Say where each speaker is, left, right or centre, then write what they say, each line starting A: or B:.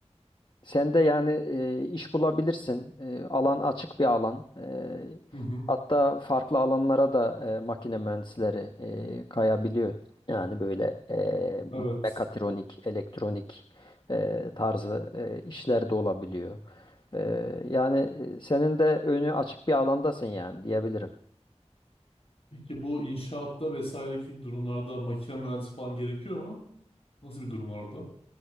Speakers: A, on the left; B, on the left.
A: sen de yani e, iş bulabilirsin. Ee, alan açık bir alan. Ee,
B: Hı hı.
A: hatta farklı alanlara da e, makine mühendisleri e, kayabiliyor. Yani böyle e,
B: Evet.
A: mekatronik, elektronik e, tarzı e, işler de olabiliyor. Ee, yani e, senin de önü açık bir alandasın yani diyebilirim.
B: Peki bu inşaatta vesaireki durumlarda makine mühendisi falan gerekiyor mu? Nasıl bir durum var orada?